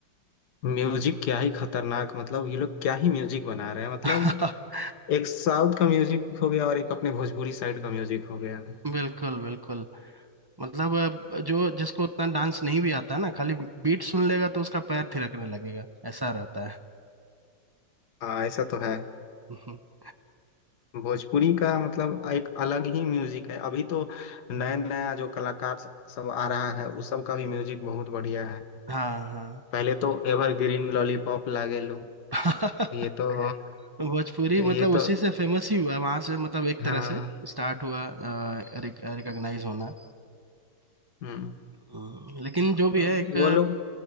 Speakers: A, on the left (about 60°); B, on the right (about 35°).
A: म्यूजिक क्या ही खतरनाक मतलब ये लोग क्या ही म्यूजिक बना रहे हैं मतलब
B: <laughs>
A: एक साउथ का म्यूजिक हो गया और एक अपने भोजपुरी साइड का म्यूजिक हो गया
B: बिल्कुल बिल्कुल मतलब अ, जो जिसको उतना डांस नहीं भी आता ना खाली बीट सुन लेगा तो उसका पैर थिरकने लगेगा ऐसा रहता है
A: हाँ ऐसा तो है
B: <laughs>
A: भोजपुरी का मतलब एक अलग ही म्यूजिक है अभी तो नया नया जो कलाकार सब आ रहा है उस सब का भी म्यूजिक बहुत बढ़िया है
B: हाँ हाँ
A: पहले तो एवरग्रीन लॉलीपॉप लागे लो
B: <laughs>
A: ये तो
B: भोजपुरी
A: ये
B: मतलब उसी
A: तो
B: से फेमस ही हुआ वहां से मतलब एक
A: हाँ
B: तरह से स्टार्ट हुआ रिकॉग्नाइज होना
A: हम्म,
B: हम्म, लेकिन
A: मतलब
B: जो भी है एक
A: वो लोग